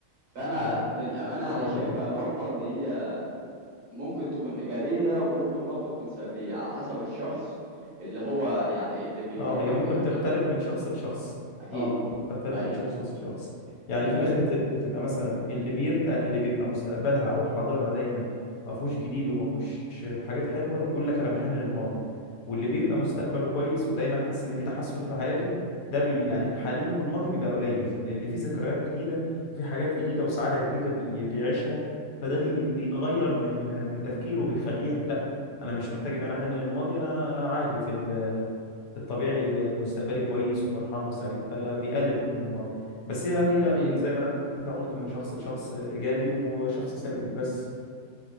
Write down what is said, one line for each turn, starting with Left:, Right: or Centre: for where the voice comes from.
Right: فانا
Left: اه
Right: للامانه يعني
Left: اه
Right: شايفها
Left: فاهم
Right: نقطه ان هي ممكن تكون ايجابيه وممكن برضه تكون سلبيه على حسب الشخص اللي هو يعني اللي بيفكر
Left: اه هي ممكن
Right: فيها
Left: تختلف من شخص لشخص
Right: اكيد
Left: اه ممكن تختلف
Right: ايوه
Left: من شخص لشخص يعني
Right: طيب
Left: في ناس
Right: انت
Left: بت... بتبقى مثلا اللي بيبقى اللي بيبقى مستقبلها او حاضرها دايما ما فيهوش جديد وما فيهوش حاجات حلوه يقول لك انا بحن للماضي واللي بيبقى مستقبله كويس ودايما حاسس ان في تحسن في حياته ده بي يعني حنينه للماضي بيبقى قليل لان في ذكريات جديده وفي حاجات جديده وسعاده جديده بي... بيعيشها فده بي... بيغير من من تفكيره وبيخليه لا انا مش محتاج ان انا احن للماضي انا انا عادي في ال... الطبيعي مستقبلي كويس وفرحان وسعيد فبيقلل من الماضي بس هي هي
Right: اكيد
Left: من زي ما انت قلت من شخص لشخص ايجابي وشخص سلبي بس